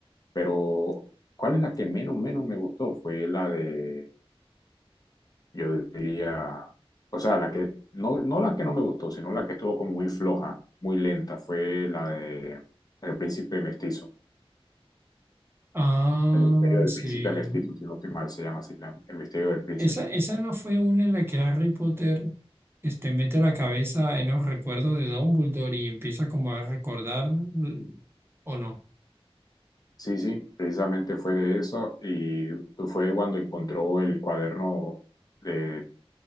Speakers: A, on the left (about 40°); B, on the right (about 20°).
A: Pero, ¿cuál es la que menos, menos me gustó? Fue la de yo diría, o sea, la que, no, no la que no me gustó, sino la que estuvo como muy floja, muy lenta, fue la de El Príncipe Mestizo.
B: Ah,
A: El Misterio del
B: sí.
A: Príncipe Mestizo, si no estoy mal, se llama así, la- El Misterio del Príncipe.
B: Esa, esa no fue una en la que Harry Potter este, mete la cabeza en los recuerdos de Dumbledore y empieza como a recordar, l- ¿o no?
A: Sí, sí, precisamente fue de eso y fue cuando encontró el cuaderno de